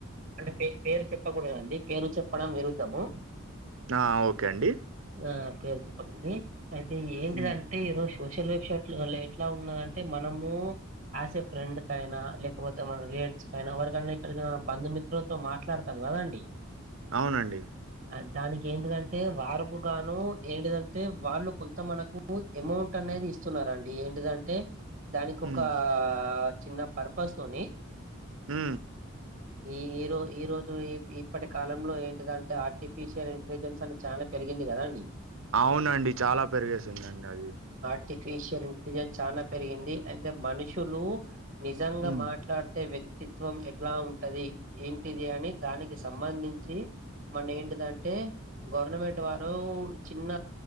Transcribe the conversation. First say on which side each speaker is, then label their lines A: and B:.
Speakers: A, on the right; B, on the right.
A: అంటేే పేరు చెప్పకూడదండి. పేర్లు చెప్పడం విరుద్ధము.
B: ఆ ఓకే అండి.
A: ఆ పేర్లు చెప్పకండి అయితే ఏంటి
B: హ్మ్.
A: దం అంటే ఈ రోజు సోషల్ వెబ్సైట్లల్లా ఎట్లా ఉన్నదంటే మనము ఆసే ఫ్రెండ్ కైనా లేకపోతే మన రిలేటివ్స్ కైన ఎవరి కన్నా <unintelligible> బంధుమిత్రులతో మాట్లాడతం కదండి.
B: అవునండి.
A: అ దానికి ఏంటిదంటే వారుకు గాను ఏంటిదంటే వాళ్ళు కొంత మనకు ఎమౌంట్ అనేది ఇస్తున్నరండి ఏంటిదంటే దానికి
B: ఉమ్
A: ఒక చిన్న పర్పస్ తోని
B: హ్
A: ఈ ఈ రో ఈ రోజు ఈ ఇప్పటి కాలంలో ఏంటిదంటే ఆర్టిఫిషియల్ ఇంటెలిజెన్స్ అని చానా పెరిగింది కదా అండి.
B: అవునండి చాలా పెరిగేసిందండి అది.
A: ర్టిఫిషియల్ ఇంటెలిజెన్స్ చానా పెరిగింది అంటే మనుషులు నిజంగా
B: హ్మ్.
A: మాట్లాడితే వ్యక్తిత్వం ఏ ట్లా ఉంటది ఏంటిది అని దానికి సంబంధించి మన ఏంటిదంటే గవర్నమెంట్ వారు చిన్న